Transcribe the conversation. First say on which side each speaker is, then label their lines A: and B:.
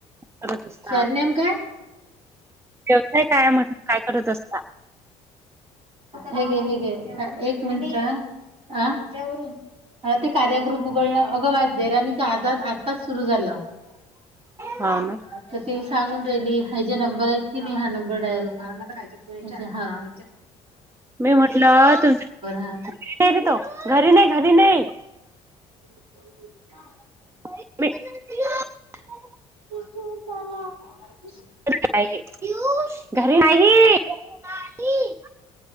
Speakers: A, on the right; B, on the right.
A: करत असता
B: सरनेम काय?
A: व्यवसाय काय म्हटलं काय करत असता?
B: हे घे हे घे एक मिनट ह ह त्या ते कार्यग्रुप उघडण अगं देराणीचा आधार आताच सुरू झाल. <unintelligible>
A: हो ना
B: सांगून राहिली ह्याजे नंबर आहेत की नाही हा नंबर डायल कर हां
A: मी म्हटलं तुरी
B: हा
A: तो घरी नाही घरी नाही.
B: <inaudible>
A: <inaudible>
B: <inaudible>
A: काय आहे. घरी नाही नाही